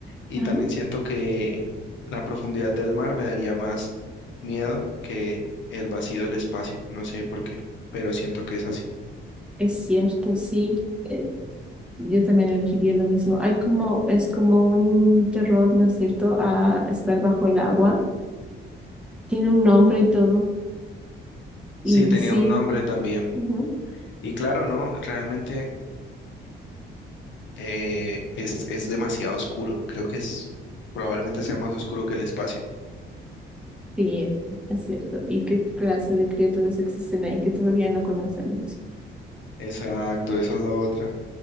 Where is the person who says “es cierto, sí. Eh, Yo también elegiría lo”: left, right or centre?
Centre